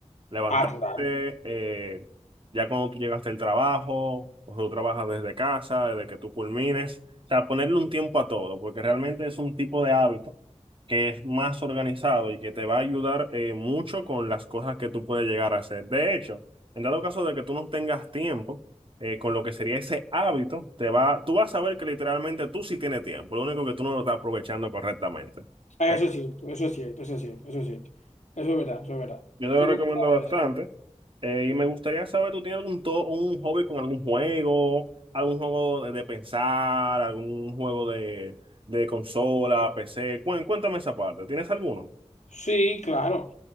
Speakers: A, on the right (about 45°); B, on the left (about 75°).
A: Levantarte,
B: Ah, claro.
A: eh, ya cuando tú llegaste al trabajo, o tú trabajas desde casa, desde que tú culmines. O sea, ponerle un tiempo a todo, porque realmente es un tipo de hábito que es más organizado y que te va a ayudar eh, mucho con las cosas que tú puedes llegar a hacer. De hecho, en dado caso de que tú no tengas tiempo, eh, con lo que sería ese hábito, te va, tú vas a ver que literalmente tú sí tienes tiempo, lo único que tú no lo estás aprovechando correctamente.
B: Ah,
A: Ay,
B: Eso es cierto, eso es cierto, eso es cierto, eso es cierto. Eso es verdad, eso es verdad.
A: Yo te lo
B: Siempre
A: recomiendo
B: he pensado
A: bastante.
B: eso.
A: Eh, y me gustaría saber, ¿tú tienes algún to- un hobby con algún juego, algún juego de, de pensar, algún juego de, de consola, PC? Cuen- Cuéntame esa parte, ¿tienes alguno?
B: Sí, claro.